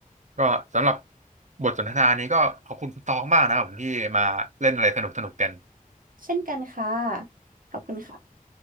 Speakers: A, on the right (about 55°); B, on the right (about 70°).
A: ก็สำหรับบทสนทนานี้ก็ขอบคุณคุณตองมากนะครับผมที่มาเล่นอะไรสนุกสนุกกัน
B: เช่นกันค่ะขอบคุณค่ะ